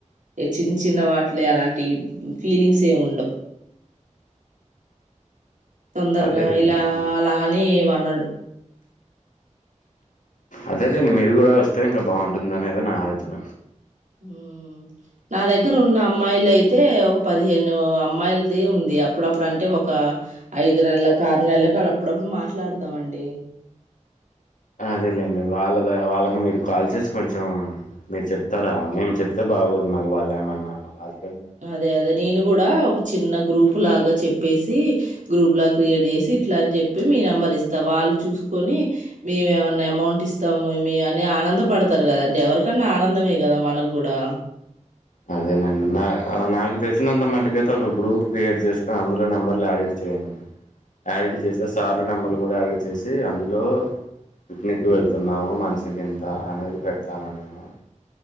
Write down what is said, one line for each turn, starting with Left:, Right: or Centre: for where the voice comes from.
Right: చిన్న చిన్న వాటిలు అలాంటి ఫీలింగ్స్ ఏం ఉండవు తొందరగా
Left: అదేలేండి
Right: ఇలా అలా అని వనడు
Left: అదేలెండి మీరు కూడా వస్తే ఇంకా బాగుంటుందనేది నా ఆలోచన
Right: మ్ నా దగ్గర ఉన్న అమ్మాయిలు అయితే ఒక పదిహేను అమ్మాయిలది ఉంది అప్పుడప్పుడు అంటే ఒక ఐదు నెలలకు ఆరు నెలలకు అప్పుడప్పుడు మాట్లాడుతాంమండి
Left: అదేలేండి వాళ్ళద వాళ్ళకి మీరు కాల్ చేసి కొంచెం మీరు చెప్తారా మేము చెప్తే బాగోదు మళ్ళీ వాళ్ళు ఏమన్నా వాళ్
Right: అదే అదే నేను కూడా ఒక చిన్న గ్రూప్ లాగా చెప్పేసి గ్రూప్ లా క్రియేట్ చేసి ఇట్లా అని చెప్పి మీ నెంబర్ ఇస్తా వాళ్ళు చూసుకొని మేమేమన్నా అమౌంట్ ఇస్తాము అని ఆనంద పడతారు కదండి ఎవరికన్నా ఆనందమే కదా మనకు కూడా
Left: అదేనండి నా నాకు తెలిసినంత మటుకైతే ఒక గ్రూప్ క్రియేట్ చేసుకొని అందులో నెంబర్లు యాడిట్ చేయండి యాడిట్
Right: ఆ
Left: చేస్తే సార్ నెంబర్లు కూడా డాడి చేసి అందులో పిక్నిక్ వెళ్తున్నాము మనిషికి ఇంత అనేది పెడతాను నేను